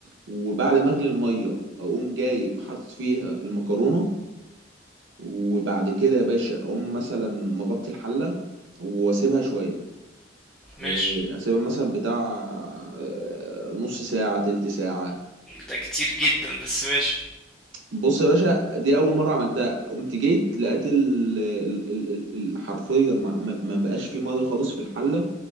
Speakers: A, on the right (about 80°); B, in the centre.
A: وبعد ما اغلي الميه اقوم جايب حاطط فيها المكرونه وبعد كده يا باشا اقوم مثلا مغطي الحله واسيبها شويه إيه،
B: ماشي
A: اسيبها مثلا بتاع آه، نص ساعة تلت ساعة
B: ده كتير جدا بس ماشي
A: بص يا باشا دي أول مرة عملتها قمت جيت لقيت ال ال ال ال ال- حرفيا ما, ما ما بقاش في مية خالص في الحلة